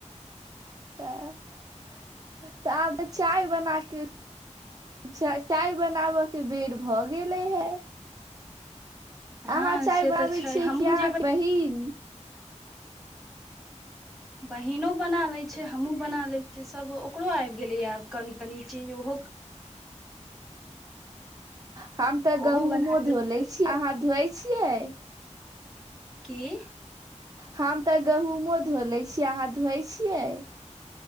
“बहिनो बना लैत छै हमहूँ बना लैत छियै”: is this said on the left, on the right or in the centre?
Centre